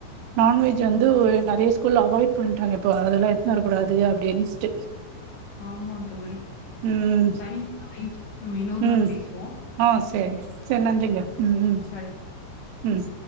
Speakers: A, on the right (about 85°); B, on the left (about 80°).
A: நான்வெஜ் வந்து நெறைய ஸ்கூல்ல அவாய்ட் பண்றாங்க இப்போ அதலெல்லா எட்ன்னு வரக்கூடாது அப்டின்ஸ்ட்டு
B: ஆமாங் தோழி
A: ம்
B: சரிங்க தோழி நம்ம இன்னொரு
A: ம்
B: நாள் பேஸ்வோ
A: ஆ சரி சர் நன்றிங்க ம் ம்
B: சரி
A: ம்